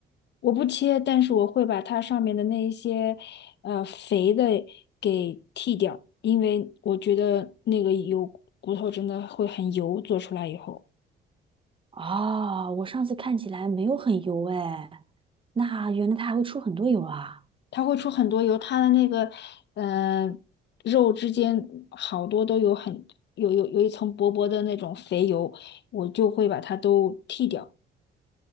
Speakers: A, on the left; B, on the right.
A: 我不切，但是我会把它上面的那一些呃肥的给剔掉，因为我觉得那个油骨头真的会很油，做出来以后。
B: 哦，我上次看起来没有很油哎，那原来它还会出很多油啊。
A: 它会出很多油，它的那个嗯，肉之间好多都有很有有有一层薄薄的那种肥油，我就会把它都剔掉，